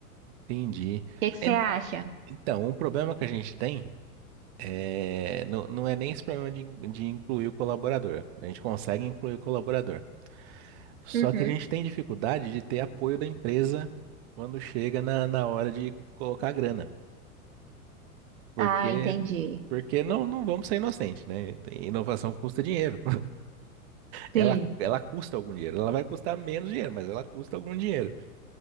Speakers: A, on the right (about 45°); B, on the right (about 65°).
A: entendi.
B: que é que você
A: En-
B: acha?
A: Então, um problema que a gente tem é, não, não é nem esse problema de, in- de incluir o colaborador. A gente consegue incluir o colaborador. Só
B: Uhum.
A: que a gente tem dificuldade de ter apoio da empresa quando chega na, na hora de colocar a grana. Porque,
B: Ah, entendi.
A: porque não, não vamos ser inocentes, né? Tem- Inovação custa dinheiro. Ela,
B: Sim.
A: ela custa algum dinheiro. Ela vai custar menos dinheiro, mas ela custa algum dinheiro.